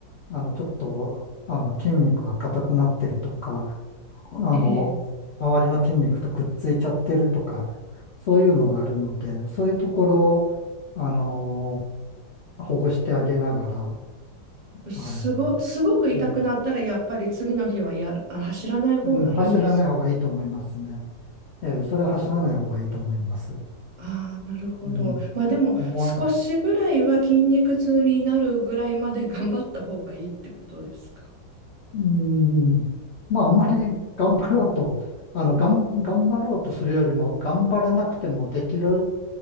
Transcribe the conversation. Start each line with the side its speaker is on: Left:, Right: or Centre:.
Left: あのちょっとあの筋肉が硬くなってるとか、あの周りの筋肉とくっついちゃってるとか、
Right: ええ
Left: そういうのがあるので、そういうところをあのほぐしてあげながら、
Right: すご、
Left: あの
Right: すごく痛くなったら、
Left: うん
Right: やっぱり次の日はや、あ走らない方がいいんです
Left: うん、走らない方がいいと思いますね。ええ、それは走らない方がいいと思います。
Right: ああ、なるほど。
Left: うん。
Right: まあでも、
Left: もう、
Right: 少しぐらいは筋肉痛になるぐらいまで頑張った方がいいってことですか。
Left: うん、まあ、あんまり頑張ろうと、あの、がん、頑張ろうとするよりも、頑張らなくてもできる